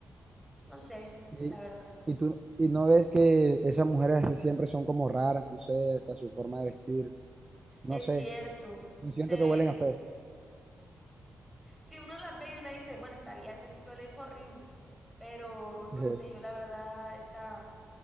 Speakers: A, in the centre; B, on the right.
A: no sé,
B: Y,
A: la verdad.
B: y tú, y no ves que esas mujeres así siempre son como raras, no sé, hasta su forma de vestir, no
A: Es
B: sé.
A: cierto,
B: Yo siento
A: se...
B: que huelen a feo.
A: Si uno las ve y uno dice, bueno, esta vida de Nicole es horrible, pero no
B: <laughs>
A: sé, yo la verdad, esa,